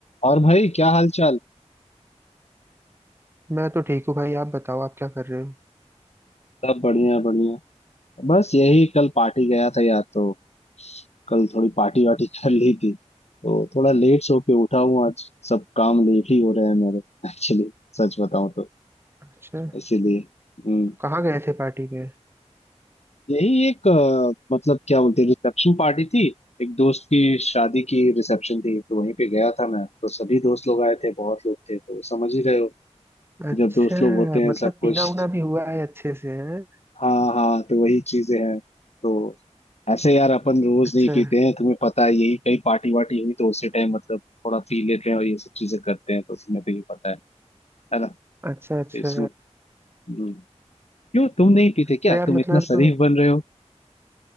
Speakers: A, on the left; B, on the right.
A: और भाई क्या हाल चाल
B: मैं तो ठीक हूँ भाई आप बताओ आप क्या कर रहे हो
A: सब बढ़िया बढ़िया बस यही कल पार्टी गया था यार तो कल थोड़ी पार्टी वार्टी <laughs> कर ली थी तो थोड़ा लेट सो के उठा हूँ आज सब काम लेट ही हो रहे हैं मेरे एक्चुअली सच बताऊं तो
B: अच्छा
A: इसीलिए हम्म
B: तो कहाँ गए थे पार्टी में
A: यही एक अ, मतलब क्या बोलते हैं रिसेप्शन पार्टी थी एक दोस्त की शादी की रिसेप्शन थी तो वहीं पे गया था मैं तो सभी दोस्त लोग आए थे बहुत लोग थे तो समझ ही रहे हो
B: अच्छा
A: जब दोस्त लोग होते हैं
B: मतलब
A: सब कुछ
B: पीना उना भी हुआ है अच्छे से है
A: हाँ हाँ तो वही चीजें हैं तो ऐसे यार अपन रोज
B: अच्छा
A: नहीं पीते हैं तुम्हें पता है यही कहीं पार्टी वार्टी हुई तो उसी टाइम मतलब थोड़ा पी लेते हैं और ये सब चीजें करते हैं तो तुम्हें तो ये पता है है ना तो
B: अच्छा अच्छा
A: इसमें हम्म, क्यों तुम नहीं पीते क्या
B: तो यार
A: तुम
B: मतलब
A: इतना शरीफ बन रहे हो